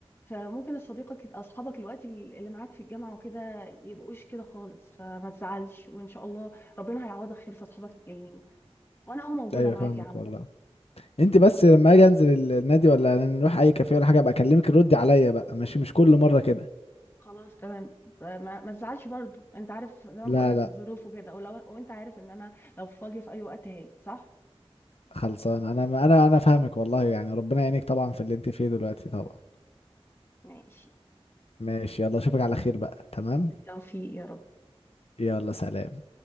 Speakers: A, on the left (about 25°); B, on the left (about 70°).
A: فممكن صديقك اصحابك الوقت اللي معاك في الجامعه وكده يبقوش كده خالص فما تزعلش وان شاء الله ربنا هيعوضك خير في اصحابك الجايين وانا اهو موجوده
B: ايوه
A: معاك
B: فاهمك
A: يا عم
B: والله انت بس لما اجي انزل ال- النادي ولا نروح اي كافيه ولا حاجه ابقى اكلمك ردي عليا بقى ماشي مش كل مره كده
A: خلاص تمام ما, ما تزعلش برضو انت عارف زي ما
B: لا
A: بقول لك
B: لا
A: الظروف وكده ولو وانت عارف ان انا لو فاضيه في اي وقت هاجي صح
B: خلصان انا انا انا فاهمك والله يعني ربنا يعينك طبعا في اللي انت فيه دلوقتي طبعا
A: ماشي
B: ماشي يلا اشوفك على خير بقى تمام
A: بالتوفيق يا رب
B: يلا سلام